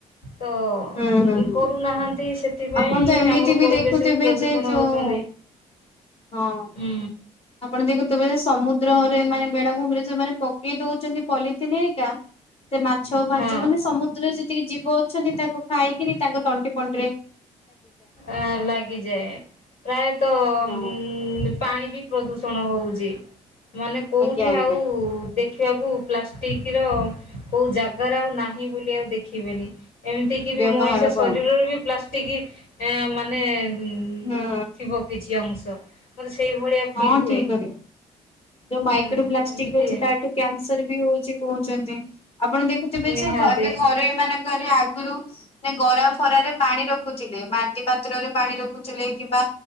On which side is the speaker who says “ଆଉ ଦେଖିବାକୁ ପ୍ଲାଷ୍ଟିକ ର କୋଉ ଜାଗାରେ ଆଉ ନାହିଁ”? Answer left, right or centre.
Left